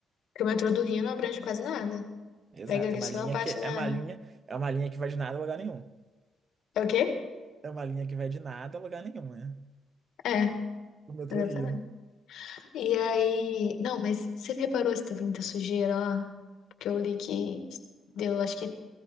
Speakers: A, on the left; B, on the right.
A: Porque o metrô do Rio não abrange quase nada.
B: Exato.
A: Pega ali
B: É uma
A: só
B: linha
A: a parte
B: que é
A: da.
B: uma linha, é uma linha que vai de nada a lugar nenhum.
A: É o quê?
B: É uma linha que vai de nada a lugar nenhum, né?
A: É,
B: O metrô
A: exatamente.
B: Rio.
A: E aí. Não, mas você reparou se teve muita sujeira lá? Porque eu li que deu, acho que,